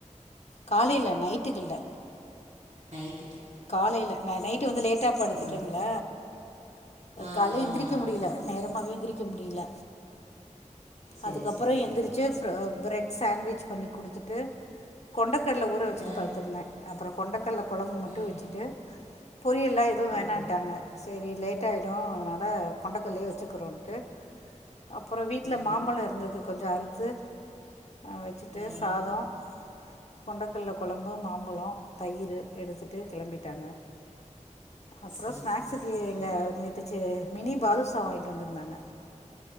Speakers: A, on the left (about 60°); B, on the right (about 75°).
A: காலையில நைட்டுக்குல்ல
B: நைட்
A: காலையில ந நைட்டு வந்து லேட்டா படுத்துட்டேன்ல
B: ஆ ஆ ஆ ஆ
A: கால்ல எந்திரிக்க முடியல
B: ஆ
A: நேரமாவெ எந்திரிக்க முடியல
B: சரி
A: அதுக்கப்புறம்
B: சரி சரி
A: எந்திரிச்சு ஃர பிரெட் சாண்ட்விசஜ் பண்ணி கொடுத்துட்டு கொண்ட கல் ஊற வச்சுட்டு
B: ஆ
A: படுத்திருந்தேன் அப்புறம் கொண்டக்கடல குழம்பு மட்டு
B: ம்
A: ட்டு வச்சிட்டு பொரியெல்லா எது வேணான்ட்டாங்க
B: ம்
A: சரி லேட்டாய்டு அதனால கொண்டக்கல்லேயே வச் சுக்றோட்டு அப்புறோ வீட்டுல
B: ஆ
A: மாம்பழொ இருந்துது கொஞ்சோ அறுத்து அ வச்சுட்டு
B: ஆ
A: சாதொ கொண்டைக்கல்ல கொழம்பு மாம்பழோ தயிர் எடுத் விட்டு கிளம்பிட்டாங்க அப்றோ
B: சரி
A: ஸ்நாக்ஸுக்கு
B: சரி சரி சரி
A: எங்கே நிறுத்துச்சி மினி பாதுசா வாங்கிட்டு வந்திருந்தாங்க